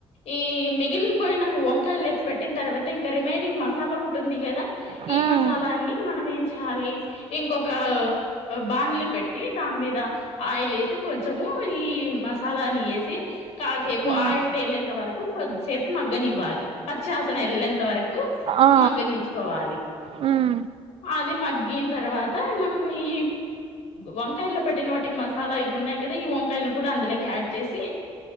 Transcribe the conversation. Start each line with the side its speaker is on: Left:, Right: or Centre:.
Left: ఈ మిగిలిపోయిన వంకాయలు లేకి పెట్టిన తర్వాత ఇంకా రిమైనింగ్ మసాలా ఉంటుంది కదా
Right: మ్మ్
Left: ఈ మసాలాన్ని మనం ఏం చేయాలి ఇంకొక బాన్లీ పెట్టి దాని మీద ఆయిల్ వేసి కొంచం కొంచము ఈ మసాలాని వేసి కాసేపు
Right: మ్మ్
Left: ఆయిల్ తేలేంత వరకు కొద్దిసేపు మగ్గనివ్వాలి పచ్చివాసన వెళ్ళేంత వరకు
Right: ఆ
Left: మగ్గనిచ్చుకోవాలి
Right: మ్మ్
Left: అది మగ్గిన తర్వాత మనము ఈ వంకాయల్లో పెట్టిన వాటి మసాలా ఇవిఉన్నాయి లేదా ఈ వంకాయలని కూడా అందులోకి యాడ్ చేసి